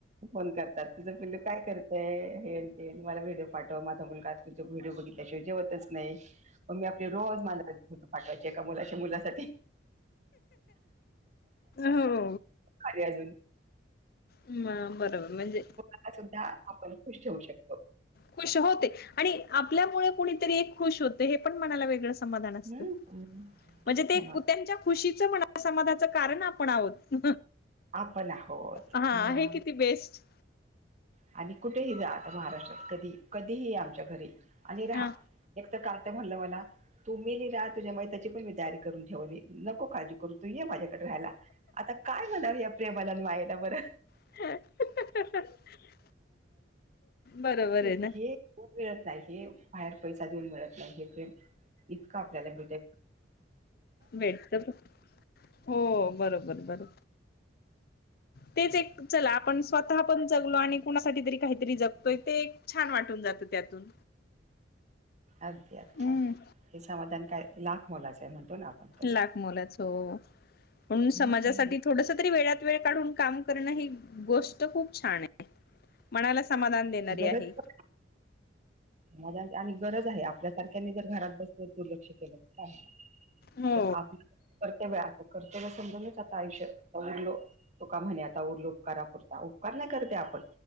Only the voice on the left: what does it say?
हो
म बरोबर म्हणजे
खुश हो ते आणि आपल्यामुळे कुणीतरी एक खुश होतंय, हे पण मनाला वेगळं समाधान असतं,
म्हणजे
ते
त्यांच्या खुशीच समाधाच कारण आपण आहोत.
हा,
हे किती बेस्ट.
हा
<unintelligible> बरोबर
आहे ना
मिळतंय, हो बरोबर बरोबर. तेच एक चला, आपण स्वतः पण जगलो आणि कुणासाठी तरी काहीतरी जगतोय, ते एक छान वाटून जातं त्यातून.
हम्म
लाखमोलाचं ओ. म्हणून
समाजासाठी थोडस तरी वेळात वेळ काढून काम करणं ही गोष्ट खूप छान हे मणाला समाधान देणारी
आहे.
हो